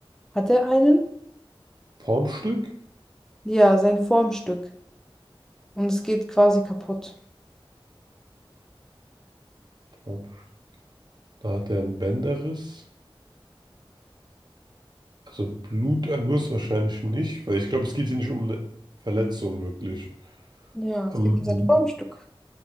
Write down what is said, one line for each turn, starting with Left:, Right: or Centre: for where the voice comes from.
Centre: hat er einen?
Right: Formstück?
Centre: Ja, sein Formstück. Und es geht quasi kaputt.
Right: Formstück. Da hat er einen Bänderriss. Also Bluterguss wahrscheinlich nicht, weil ich glaube, es geht hier nicht um eine Verletzung wirklich.
Centre: Ja,
Right: Ähm,
Centre: es geht um sein Formstück.